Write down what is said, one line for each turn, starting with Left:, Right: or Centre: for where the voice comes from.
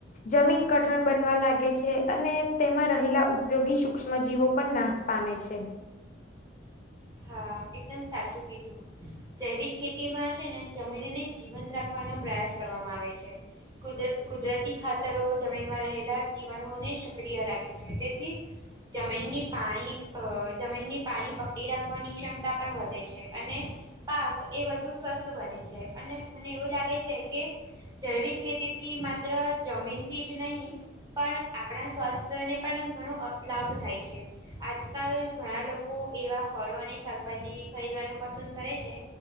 Left: જમીન... કઠણ બનવા લાગે છે અને તેમાં રહેલા ઉપયોગી સૂક્ષ્મજીીવો પણ નાશ પામે છે.
Right: હા, એકદમ સાચું કીધું. જૈવિક ખેતીમાં છે ને જમીનને જીવંત રાખવાનો પ્રયાસ કરવામાં આવે છે. કુદર કુદરતી ખાતરો જમીનમાં રહેલા જીવાણુઓને... જકડીયા રાખે છે, તેથી જમીનની પાણી અ જમીનની પાણી... રાખવાની ક્ષમતા પણ વધે છે અને... પાક એ વધુ સ્વસ્થ બને છે મને એવું લાગે છે કે... જૈવિક ખેતીથી માત્ર જમીનથી જ નહીં. પણ આપણા સ્વાસ્થ્યને પણ ઘણો જ લાભ થાય છે. આજકાલ ઘણા લોકો એવા ફળો અને શાકભાજી ખરીદવાનું પસંદ કરે છે.